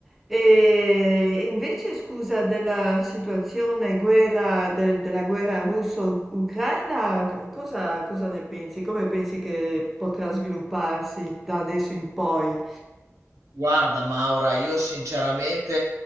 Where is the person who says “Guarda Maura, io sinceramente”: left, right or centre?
Right